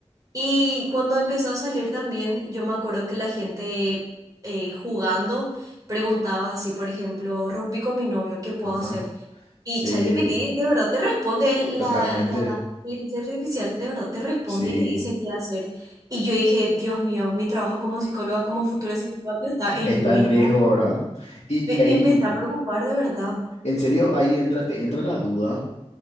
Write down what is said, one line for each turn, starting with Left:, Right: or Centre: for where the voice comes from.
Right: Y cuando empezó a salir también, yo me acuerdo que la gente eh, jugando preguntaba así, por ejemplo, rompí con mi novio, ¿qué puedo
Left: ajá.
Right: hacer? Y
Left: Sí,
Right: ChatGPT de verdad te responde, el-
Left: totalmente.
Right: la, la inteligencia artificial de verdad te responde
Left: Sí,
Right: y te dice qué hacer. Y yo dije, Dios mío, mi trabajo como psicóloga, como futura psicóloga está en
Left: está
Right: riesgo.
Left: en riesgo, ¿verdad? Y,
Right: Me
Left: y ahí,
Right: empecé a preocupar de verdad.
Left: en serio, ahí entra, te entra la duda.